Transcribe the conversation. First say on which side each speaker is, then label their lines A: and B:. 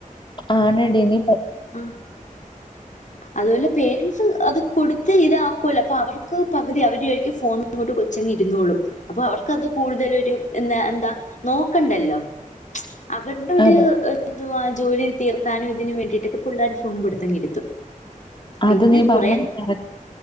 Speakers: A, on the left; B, on the left.
A: ആണെടി നീ പ
B: ആ അതുപോലെ പേരൻസ് അത് കൊടുത്ത് ഇതാക്കുല്ലോ അപ്പോ അവർക്ക് പകുതി അവര് വിചാരിക്കും ഫോണ് ങ്ങോട്ട് കൊച്ചങ്ങ് ഇരുന്നോളും അപ്പോ അവർക്കത് കൂടുതലൊരു എന്താ എന്താ നോക്കണ്ടല്ലോ. അവർടൊരു
A: അതെ
B: എന്തുവാ ജോലി തീർക്കാനും ഇതിന് വേണ്ടിയിട്ടൊക്കെ പുള്ളരെ ഫോൺ കൊടുത്തങ്ങിരുത്തും. പിന്നെ
A: അത് നീ
B: കൊറേ
A: പറഞ്ഞത് കറ